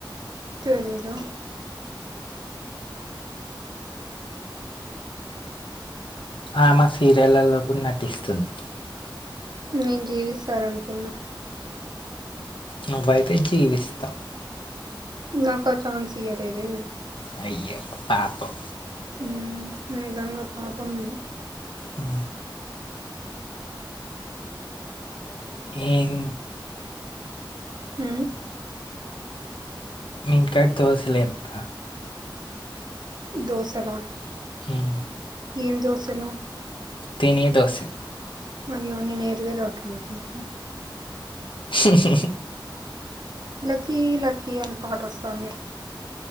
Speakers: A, on the right; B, on the left.
A: తెలిదు
B: ఆమె సీరియల్లల్లో కూడా నటిస్తుంది
A: నేను జీవిస్తారనుకున్నా
B: నువ్వైతే జీవిస్తావ్
A: నాకు ఆ ఛాన్స్ ఇయలేేదే
B: అయ్యో పాపం
A: ఉ నిజంగా పాపం మీరు
B: ఊ
A: జాపాకు రెడ్డి
B: ఏం
A: ఊ
B: మీ ఇంట్కాడ దోసలేంత
A: దోసలా
B: మ్మ్.
A: ఏం దోసలు
B: తినే దోశలు
A: అయ్యో నేనేరుగా దోసెలు అనుకుంటున్న
B: స్హ్ హుహుహు
A: లక్కీ లక్కీ అన్ పాటోస్తంది